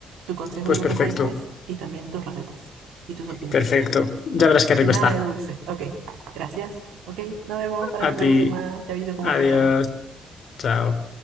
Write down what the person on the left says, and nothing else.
Pues
perfecto,
perfecto. Ya
verás qué rico
está.
A
ti,
adiós,
chao.